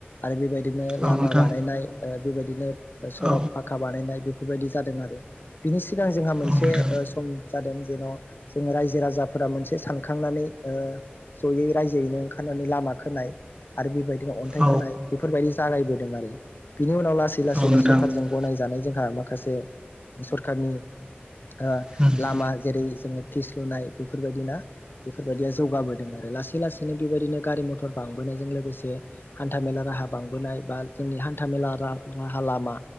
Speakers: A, on the left; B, on the right.
A: आरो बेबायदि लामा
B: औ नोंथां
A: बानायनाय बेबायदिनो सरब
B: औ
A: फाखा बानायनाय बेफोर बेफोरबायदि जादों आरो बिनि सिगां जोंहा मोनसे
B: नोंथां
A: सम जादों जेन' जों रायजो राजाफोर मोनसे सानखांनानै ओ जै रायजोैनो ओंखारनानै लामा खोनाय आरो बेबायदि अन्थाइ
B: औ नोंथां औ नोंथां औ नोंथां औ नोंथां औ
A: खोनाय बेफोरबायदि जागायबोदों आरो बिनि उनाव लासै लासैनो
B: औ नोंथां औ नोंथां औ नोंथां औ
A: सरखारजों
B: नोंथां औ औ औ
A: गनाय जानाय जों माखासे सरखारनि ओ
B: नोंथां
A: लामा
B: औ
A: जेरै जोङो फिस लुनाय बेफोरबायदिना बेफोरबायदिया जौगाबोदों आरो लासै लासैनो बेबायदिनो गारि मथर बांबोनायजों लोगोसे हान हान्था मेला राहा बांबोनाय बा जोंनि हान्था मेला राहा लामा